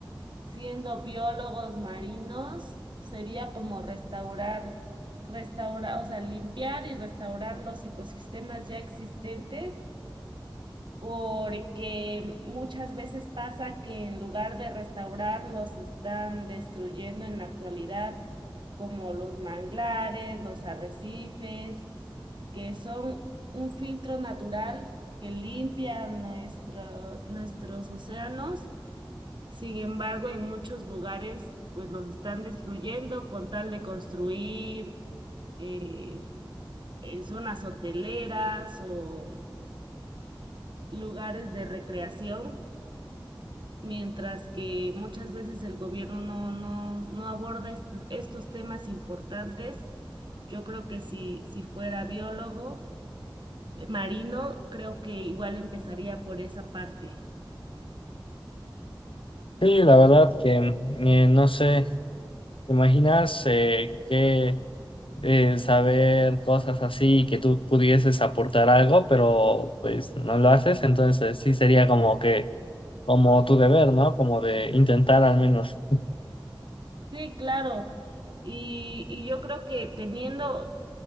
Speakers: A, on the right; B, on the left.
A: siendo biólogos marinos, sería como restaurar, restaurar, o sea, limpiar y restaurar los ecosistemas ya existentes, porque muchas veces pasa que en lugar de restaurarlos están destruyendo en la actualidad, como los manglares, los arrecifes, que son un filtro natural que limpia nuestro, nuestros océanos sin embargo, en muchos lugares, pues los están destruyendo con tal de construir eh, eh, zonas hoteleras o lugares de recreación, mientras que muchas veces el gobierno no, no, no aborda estos, estos temas importantes. Yo creo que si, si fuera biólogo eh, marino, creo que igual empezaría por esa parte.
B: Sí, la verdad que, eh, no sé, ¿te imaginas eh, que eh, saber cosas así, que tú pudieses aportar algo, pero pues no lo haces? Entonces sí sería como que, como tu deber, ¿no? Como de intentar al menos.
A: Sí, claro. Y, y yo creo que teniendo,